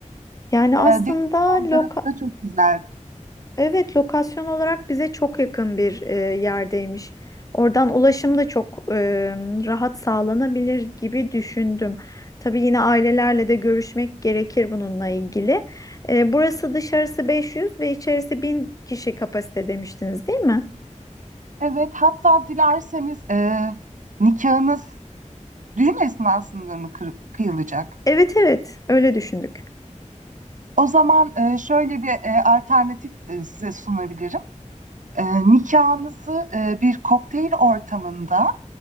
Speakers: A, on the left; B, on the right.
A: Yani
B: E,
A: aslında
B: deniz manzarası
A: loka,
B: da çok güzel.
A: Evet, lokasyon olarak bize çok yakın bir e, yerdeymiş. Oradan ulaşım da çok e, rahat sağlanabilir gibi düşündüm. Tabii yine ailelerle de görüşmek gerekir bununla ilgili. E, burası dışarısı 500 ve içerisi 1000 kişi kapasite demiştiniz, değil mi?
B: Evet, hatta dilerseniz e, nikahınız düğün esnasında mı kır- kıyılacak?
A: Evet evet, öyle düşündük.
B: O zaman e, şöyle bir e, alternatif e, size sunabilirim. e, nikahınızı e, bir kokteyl ortamında